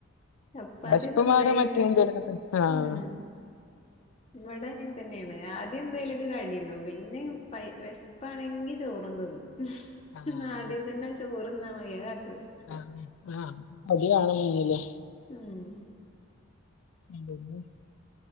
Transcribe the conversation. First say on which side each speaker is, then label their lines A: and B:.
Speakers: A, on the left; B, on the left.
A: ചപ്പാത്തി
B: വെശ്പ്പ്
A: തിന്നേയില്ല
B: മാറാൻ മറ്റേ എന്തേലൊക്കെ തിന്ന് ആഹ്
A: ഉം ഇവിടെ അങ്ങനെ തന്നേണ് ആദ്യം എന്തേലൊക്കെ കടിന്നും പിന്നേം പൈ വെശ് പ്പാണെങ്കി ചോറും തിന്നും
B: ആഹ്
A: അന്നാ ആദ്യം തന്നെ ആ ചോറിന്നാ മതി അത് കാട്ടൂല.
B: ആഹ് ആഹ് അതി കാണാ മുന്നില്
A: ഉം
B: <inaudible>